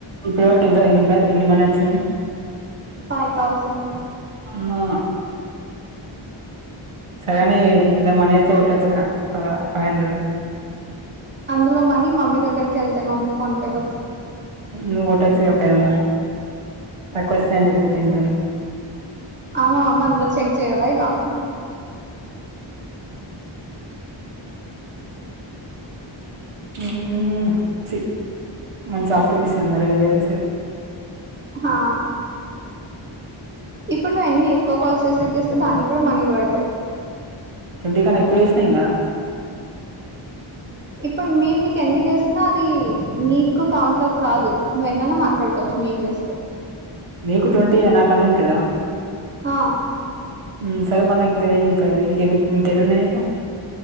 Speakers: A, on the right; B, on the right.
A: ఇప్పుడు వరకు ఎంతా ఎన్ని పై ఎన్ని మనీ వచ్చింది.
B: ఫై థౌసండ్
A: మా సరే అనీ ఇలా మనీ ఐతే కొట్టొచ్చు గదా ఒకా ఫై హండ్రెడ్
B: అందులో మనీ మమ్మీ దగ్గరికి ఎళ్తాయి మమ్మీ ఫోన్ పే లోకి.
A: నువ్వు కొట్టచ్చు గదా ఒక ఐదు వందలు. తక్కువస్తాయని చెప్పు పిన్ని తోని
B: ఆ మా మమ్మి అందులో చెక్ చేయదా ఇగా
A: ఊహూ ఛి మంచి ఆఫర్ మిస్ అయ్యిందా రెండు వేలు ఒక్కసారి.
B: హా ఇప్పుడు నువ్వు ఎన్నీ ఎక్కువ కాల్స్ రిసీవ్ చేస్తే దానిక్ గూడా మనీ పడతాయి.
A: ట్వంటీ కన్నా ఎక్కువ చేశినా ఏం గాదా.
B: ఇప్పుడు మేం నీక్ ఎన్ని చేశినా అదీ నీకు కౌంట్ లోక్ రాదు నువ్వెన్నా మాట్లాడుకోవచ్చు మేం చేస్తే.
A: నీకు ట్వంటీ యే నాకు అన్లిమిటెడా.
B: ఆ
A: ఊ సరే మళ్ళా ఇంకా చెయ్యి ఇంకా ఎన్ని ఇంకెన్ని ఇంకెన్నున్నాయి నీకు